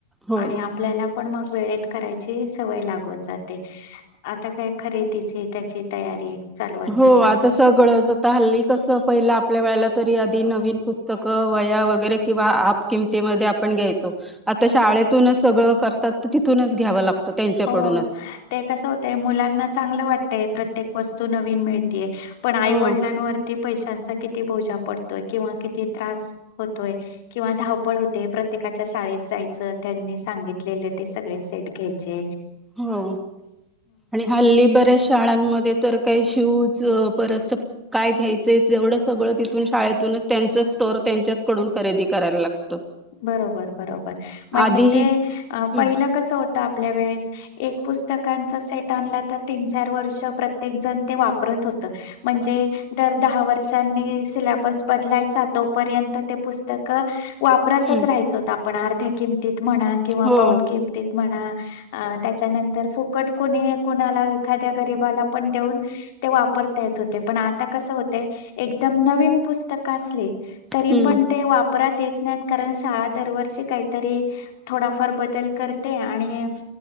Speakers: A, in the centre; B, on the left.
A: हो
B: आणि आपल्याला पण मग वेळेत करायची सवय लागून जाते आता काय खरेदीची त्याची तयारी चालू असेल.
A: हो आता सगळंचता हल्ली कसं पहिलं आपल्या वेळेला तरी आधी नवीन पुस्तकं वया वगैरे किंवा आप किमतीमध्ये आपण घ्यायचो आता शाळेतूनच सगळं करतात तर तिथूनच घ्यावं लागतं त्यांच्याकडूनच
B: हो ते कसं होतय मुलांना चांगलं वाटतय प्रत्येक वस्तू नवीन मिळतीय पण आई
A: हो
B: वडिलांवरती किती पैशांचा किती बोजा पडतोय किंवा किती त्रास होतोय किंवा धावपळ होते प्रत्येकाच्या शाळेत जायचं त्यांनी सांगितलेलं ते सगळे सेट घेत तेे
A: हो आणि हल्ली बऱ्याच शाळांमध्ये तर काही शूज परत च काय घ्यायचंय तेवढं सगळं तिथून शाळेतूनच त्यांच स्टोर त्यांच्याचकडून खरेदी करायला लागत
B: बरोबर बरोबर म्हणजे
A: आधी
B: ते
A: हम्म
B: पहिलं कसं होतं आपल्या वेळेस एक पुस्तकांचा सेट आणला तर तीन चार वर्ष प्रत्येक जण ते वापरत होत म्हणजे दर दहा वर्षांनी सिलेबस बदलायचा तोपर्यंत ते पुस्तक वापरतच
A: हम्म
B: राहायचो होत आपण अर्ध्या किमतीत म्हणा किंवा
A: हो
B: पाऊन किमतीत म्हणा अ त्याच्यानंतर फुकट कोणी कोणाला एखाद्या गरीबाला पण देऊन ते वापरता येत होते पण आता कसं होते एकदम नवीन पुस्तकं असली तरी
A: हम्म
B: पण ते वापरात येत नाहीत कारण शाळा दरवर्षी काहीतरी थोडाफार बदल करते आणि